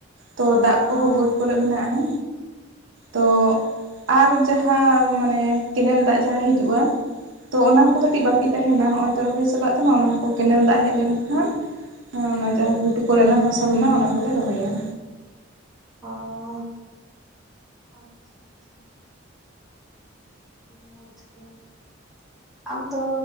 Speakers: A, on the right; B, in the centre.
A: ᱛᱚ ᱫᱟᱜ
B: ᱦᱮᱸ
A: ᱠᱚᱦᱚᱸ ᱵᱟᱹᱫᱽ ᱠᱚᱨᱮ ᱢᱮᱱᱟᱜᱼᱟ ᱛᱚ ᱟᱨ ᱡᱟᱦᱟᱸ ᱢᱟᱱᱮ ᱠᱮᱱᱮᱞ ᱫᱟᱜ ᱡᱟᱦᱟᱸ ᱦᱤᱡᱩᱜᱼᱟ ᱛᱚ ᱚᱱᱟ ᱠᱚ ᱠᱟᱹᱴᱤᱡ ᱵᱟᱠᱤ ᱛᱟᱦᱮᱱᱟ ᱱᱚᱜᱼᱚᱭ ᱛᱚ ᱨᱚᱦᱚᱭ ᱪᱟᱞᱟᱜ ᱠᱟᱱᱟ ᱚᱱᱟ ᱠᱚ ᱠᱮᱱᱮᱞ ᱫᱟᱜ ᱦᱮᱡ ᱞᱮᱱᱠᱷᱟᱱ ᱚᱱᱟ ᱡᱟᱦᱟᱸ ᱜᱷᱩᱴᱩ ᱠᱚᱨᱮᱱᱟᱜ ᱦᱟᱥᱟ ᱢᱮᱱᱟᱜᱼᱟ ᱚᱱᱟ ᱠᱚᱞᱮ ᱨᱚᱦᱚᱭᱟ
B: ᱚ ᱟᱪᱪᱷᱟ ᱟᱪᱪᱷᱟ ᱢᱚᱡᱽ ᱜᱮ ᱟᱢ ᱫᱚ